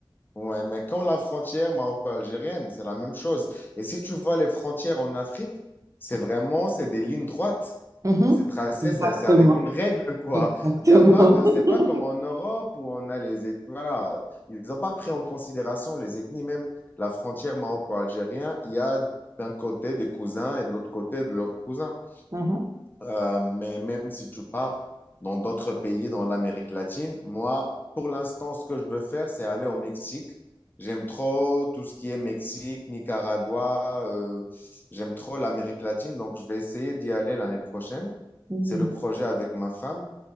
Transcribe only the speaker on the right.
Mhm.
Exactement.
Exactement.
<laughs>
Mhm.
Mhm.